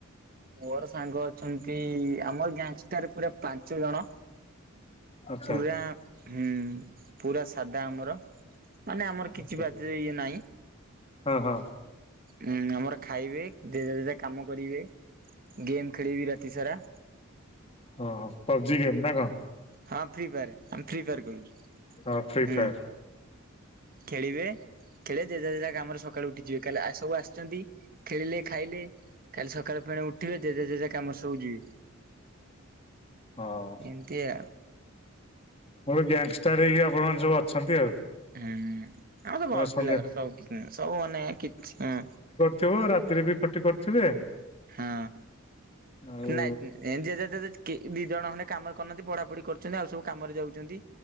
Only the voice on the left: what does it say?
ଆଚ୍ଛା
ଆଚ୍ଛା
ହଁ ହଁ
ହ ହଁ। ପବ୍ଜି ଗେମ୍ ନା କଣ?
ହଁ ଫ୍ରି
ଫାୟାର
ହଁ
ଗୋଟେ ଗ୍ୟାଙ୍ଗଷ୍ଟାର ହେଇିକି ଆପଣ ମାନେ ସବୁ ଅଛନ୍ତି ଆଉ।
ସନ୍ଧ୍ୟା
ଥିବ ରାତିରେ ବି ଖଟି କରୁଥିବେ?
ଆଉ